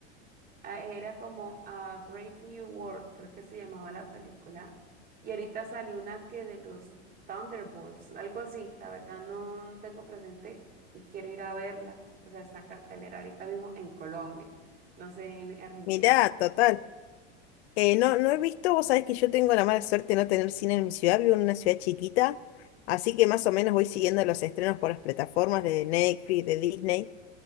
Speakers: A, on the right (about 30°); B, on the left (about 65°).
A: Ah, Era como a Brave New World, creo que se llamaba la película. Y ahorita salió una que de los Thunderbolts, algo así. La verdad no, no tengo presente y quiero ir a verla. O sea, está en cartelera ahorita mismo en Colombia, no sé, en Argentina.
B: Mirá, total. Eh, no, no he visto, vos sabés que yo tengo la mala suerte de no tener cine en mi ciudad, vivo en una ciudad chiquita, así que más o menos voy siguiendo los estrenos por las plataformas de Netflix, de Disney.